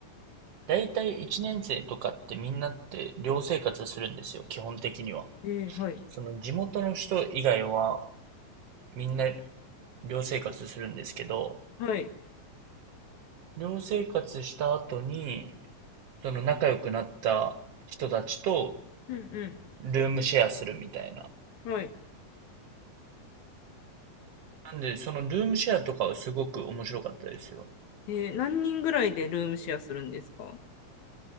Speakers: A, on the right (about 60°); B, on the left (about 80°).
A: だいたい1年生とかってみんなって寮生活するんですよ、基本的には。
B: えー、はい。
A: その地元の人以外はみんな寮生活するんですけど、
B: はい。
A: 寮生活した後に、その仲良くなった人たちと
B: うん
A: ルームシェアするみたいな
B: うん。はい。
A: なんで、そのルームシェアとかはすごく面白かったですよ。
B: えー、何人ぐらいでルームシェアするんですか